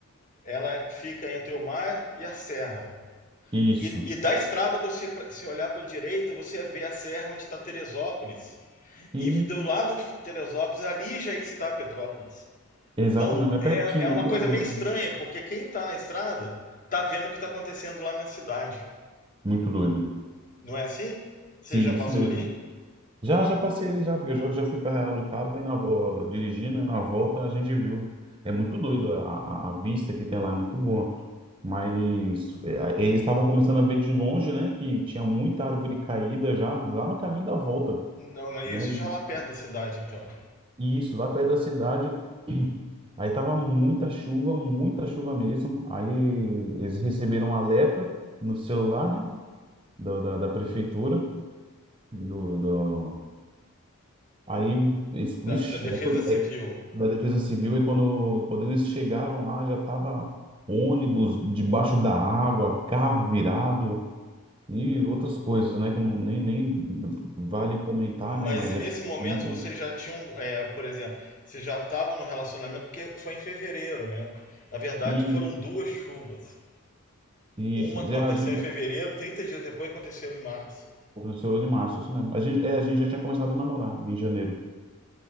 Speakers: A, on the left (about 35°); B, on the right (about 25°).
A: Ela fica entre o mar e a serra.
B: isso.
A: E, e da estrada, você se olhar para a direita, você vê a serra onde está Teresópolis.
B: E
A: E do lado de Teresópolis, ali já está Petrópolis.
B: exato
A: Então
B: mesmo, é pertinho,
A: é, é uma
B: igual
A: coisa
B: do-
A: meio estranha, porque quem está na estrada está vendo o que está acontecendo lá na cidade.
B: muito doido.
A: Não é assim? Você
B: Sim,
A: já passou
B: isso mesmo.
A: ali?
B: Já, já passei ali já, porque eu já, já fui para Real do Cabo e na, vo- dirigindo, e na volta a gente viu. É muito doido, a, a a vista que tem lá é muito boa. Mas é, eles estavam começando a ver de longe, né, que tinha muita árvore caída já lá no caminho da volta,
A: Não, não é
B: né?
A: isso já
B: Eles-
A: é lá perto da cidade, então.
B: E isso, lá perto da cidade. <clears throat> Aí tava muita chuva, muita chuva mesmo. Aí eles receberam um alerta no celular, né, da, da, da prefeitura, do, do- Aí, esse,
A: Da,
B: vixe,
A: da Defesa
B: aí, quando-
A: Civil
B: aí, da Defesa Civil, aí quando, quando eles chegaram lá, já tava ônibus debaixo da água, carro virado e outras coisas, né? Que não, nem, nem vale comentar,
A: Mas
B: né? Mas
A: nesse
B: já tinha
A: momento
B: muita.
A: vocês já tinham, é, por exemplo, vocês já estavam no relacionamento porque foi em fevereiro, né? Na verdade,
B: E
A: foram duas chuvas.
B: isso,
A: Uma aconteceu
B: já, a gente,
A: em fevereiro, 30 dias depois aconteceu em março.
B: o 8 de março, isso mesmo. A gente, é, a gente já tinha começado a namorar em janeiro.